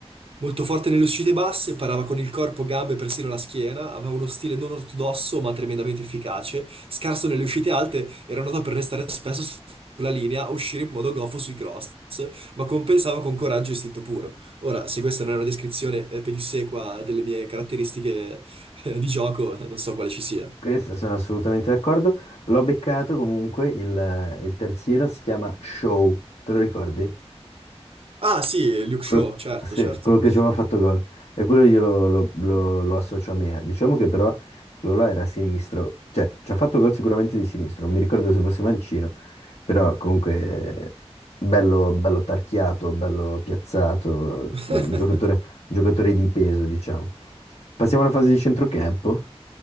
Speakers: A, on the right (about 60°); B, on the left (about 75°).
A: molto forte nelle uscite basse, parava con il corpo, gambe e persino la schiena, aveva uno stile non ortodosso ma tremendamente efficace. Scarso nelle uscite alte, era noto per restare spesso su- sulla linea, uscire in modo goffo sui cross, ma compensava con coraggio e istinto puro. Ora, se questa non è una descrizione eh, pedissequa delle mie caratteristiche, eh, di gioco, eh, non so quale ci sia.
B: Questo sono assolutamente d'accordo. L'ho beccato comunque, il, il terzino si chiama Show, te lo ricordi?
A: Ah, sì, Luke
B: Quello,
A: Shaw, certo,
B: sì,
A: certo.
B: quello che ci aveva fatto gol. E quello io lo, lo- lo- lo associo a me. Diciamo che però quello là era sinistro, cioè ci ha fatto gol sicuramente di sinistro, non mi ricordo se fosse mancino, però comunque eh, bello, bello tarchiato, bello piazzato,
A: <laughs>
B: un giocatore, un giocatore di peso, diciamo. Passiamo alla fase di centrocampo,